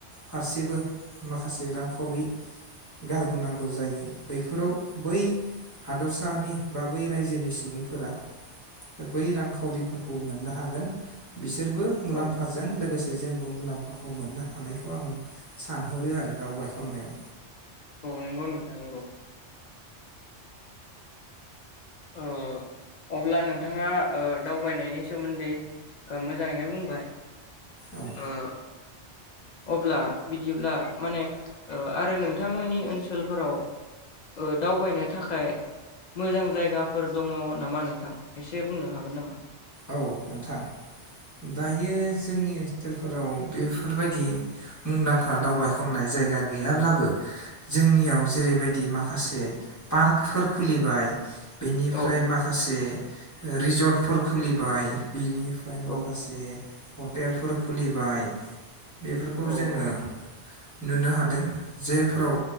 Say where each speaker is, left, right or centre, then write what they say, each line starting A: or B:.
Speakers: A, on the left (about 15°); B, on the left (about 60°).
A: फारसेबो माखासे रांखावरि गारबोनांगौ जायो बैफोराव बै हादरसानि बा बै रायजोनि सुबुंफोरा बै रांखावरिफोरखौ मोन्नो हागोन। बिसोरबो मुलाम्फाजों
B: औ
A: लोगोसे बे जोंबो मुलाम्फाखौ मोननो हानायखौ आं सानहरो आरो दावबायखननायाव
B: औ नंगौ नोंथां नंगौ। ओ अब्ला नोंथाङा दावबायनायनि सोमोन्दै मोजाङैनो बुंबाय
A: औ
B: ओ अब्ला बिदिब्ला माने आरो नोंथांमोननि ओनसोलफोराव दावबायनो थाखाय मोजां जायगाफोर दङ नामा नोंथां एसे बुंनो हागोन नामा?
A: औ नोंथां दायो जोंनि ओनसोलफोराव बेफोरबायदि मुंदांखा दावबाय खननाय जायगा गैयाब्लाबो जोंनियाव जेरैबायदि माखासे पार्कफोर खुलिबाय बेनिफ्राय
B: औ
A: माखासे रिजर्टफोर खुलिबाय बिनिफ्राय
B: औ
A: माखासे हटेलफोर खुलिबाय बेफोरखौ
B: औ
A: जोङो
B: औ
A: नुनो हादों जायफोराव